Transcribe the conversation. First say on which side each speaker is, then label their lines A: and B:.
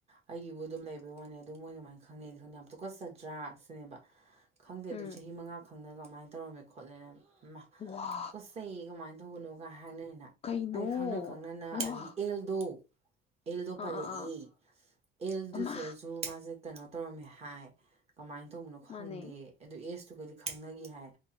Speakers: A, on the right; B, on the left.
A: ꯑꯩꯒꯤꯕꯨ ꯑꯗꯨꯝ ꯂꯩꯕꯩ ꯋꯥꯅꯦ ꯑꯗꯨꯝ ꯃꯣꯏ ꯑꯗꯨꯃꯥꯏꯅ ꯈꯪꯅꯩꯗꯤ ꯈꯪꯗꯦ ꯌꯥꯝ ꯇꯨꯀꯠꯆꯗ꯭ꯔꯥ ꯁꯤꯅꯦꯕ ꯈꯪꯗꯦ ꯑꯗꯨ
B: ꯎꯝ
A: ꯆꯍꯤ ꯃꯉꯥ ꯈ- ꯈꯪꯅꯒ ꯃꯃꯥꯏ ꯇꯧꯔꯝꯃꯦ ꯈꯣꯠꯂꯦꯅ ꯃꯥꯍ
B: ꯋꯥ
A: ꯇꯨ ꯀꯠꯆꯩ ꯀꯃꯥꯏꯅ ꯇꯧ ꯇꯧꯒꯅꯣꯒ ꯍꯥꯏ ꯍꯥꯏꯅꯔꯤꯅ
B: ꯀꯩꯅꯣ
A: ꯑꯩ ꯈꯪꯅ ꯈꯪꯅꯅ
B: ꯋꯥ
A: ꯑꯗꯒꯤ ꯑꯦꯜꯗꯣ ꯑꯦꯜꯗꯣ
B: ꯑꯥ
A: ꯄꯂꯛꯏ
B: ꯑꯥ ꯑꯥ
A: ꯑꯦꯜ ꯗꯨꯁꯦꯁꯨꯣ
B: ꯑꯃ
A: ꯃꯥꯁꯦ ꯀꯩꯅꯣ ꯇꯧꯔꯝꯃꯤ ꯍꯥꯏ ꯀꯃꯥꯏꯅ ꯇꯧꯕꯅꯣ ꯈꯪꯗꯦ
B: ꯃꯥꯅꯦ
A: ꯑꯗꯨ ꯑꯦꯁ ꯁꯨꯒꯗꯤ ꯈꯪꯅꯈꯤ ꯍꯥꯏ